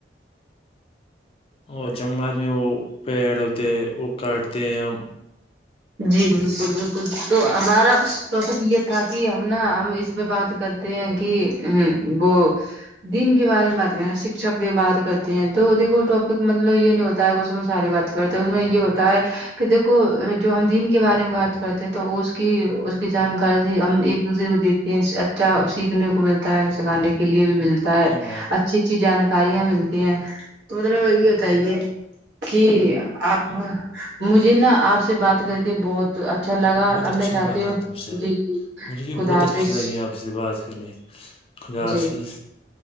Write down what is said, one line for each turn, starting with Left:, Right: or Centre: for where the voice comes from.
Left: اور جنگلات میں وہ پیڑ ہوتے ہیں وہ کاٹتے ہیں ہم
Right: جی بالکل بالکل تو ہمارا تو ابھی یہ تھا کہ ہم نا ہم اس پہ بات کرتے ہیں کہ وہ دین کے بارے میں بات کریں شکشک کی بات کرتے ہیں تو دیکھو ٹاپک مطلب یہ نہیں ہوتا ہے کہ میں ساری بات کرتے اس میں یہ ہوتا ہے کہ دیکھو جو ہم دین کے بارے میں بات کرتے ہیں تو اس کی اس کی جانکاری ہم ایک دوسرے کو دی اچھا سیکھنے کو ملتا ہے سکھانے کے لیے بھی ملتا ہے
Left: جی میں
Right: اچھی چی جانکاریاں ملتی ہیں تو مطلب یے بتائیے کی آپ مجھے نا آپ سے بات کر کے بہت اچھا لگا
Left: بہت
Right: اب
Left: اچھا
Right: میں چاہتی
Left: لگا
Right: ہوں
Left: تم سے
Right: جی جی
Left: مجھے بھی
Right: خدا
Left: بہت
Right: حافظ
Left: اچھی لگی آپ سے بات کرنے خدا
Right: جی
Left: حافظ